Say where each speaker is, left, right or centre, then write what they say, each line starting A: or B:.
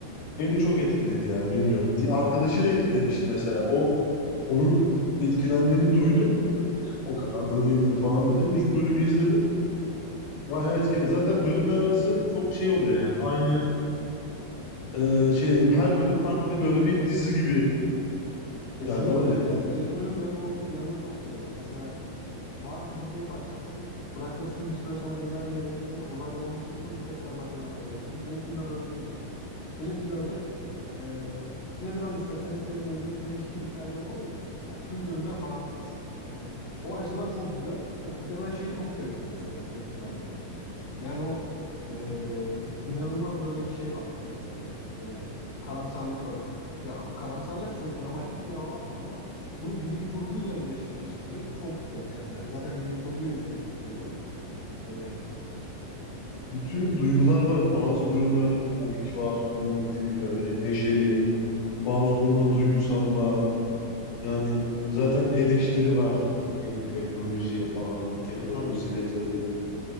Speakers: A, on the left (about 80°); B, on the left (about 70°).
A: Beni çok etkiledi ya bilmiyorum. Di- Arkadaşı da etkilemişti mesela. O onun etkilendiğini duydum. Dedim ya o kadar da değildir falan dedim. İlk bölümü izledim. Bayağı etkili. Zaten bölümler arası çok şey oluyor yani. Aynı e, şey değil. Her bölüm farklı böyle bir dizi gibi.
B: Kesinlikle.
A: Yani öyle.
B: Yani Black Mirror'ın ben o yanını çok seviyorum. Mesela bazı diziye başlarsın. Bırakırsın bir süre sonra izlemen gerektiğinde olayları unutursun. Tekrar başa dönmen gerekir. Black Mirror öyle değil mesela. Black Mirror'da e, ne zaman istersen istediğin bölümü izle. Hiçbir hikaye olmadığı için. Yani tüm bölümler bağımsız. Hani o açıdan çok güzel. Ya bir de ben şeyi çok seviyorum mesela Black Mirror'da. Yani o e, inanılmaz böyle bir şey var Black Mirror'da. E, karamsarlık var. Ya o karamsarlık şöyle dramatik bir hava var ama bunu bilim kurguyla özdeşleştirmek çok güzel. Yani ben zaten bilim kurguyla izlemeyi çok seviyorum. E,
A: Bütün duygular var. Bazı bölümlerde komik var. Komiklik öyle neşeli. Bazı durumlarda duygusal var. Yani zaten eleştiri var. Yeni teknolojiye falan böyle. Teknolojinin
B: e tabii
A: bize
B: yani
A: getirdiği.